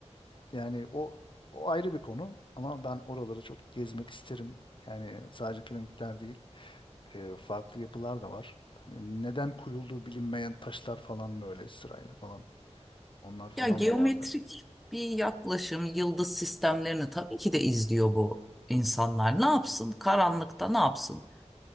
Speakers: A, on the left (about 45°); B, in the centre.
A: yani o o ayrı bir konu. Ama ben oraları çok gezmek isterim. Yani sadece piramitler değil, e, farklı yapılar da var. Hani neden koyulduğu bilinmeyen taşlar falan böyle sırayla falan. Onlar falan
B: Ya geometrik
A: da vardı.
B: bir yaklaşım yıldız sistemlerini tabii ki de izliyor bu insanlar. Ne yapsın? Karanlıkta ne yapsın?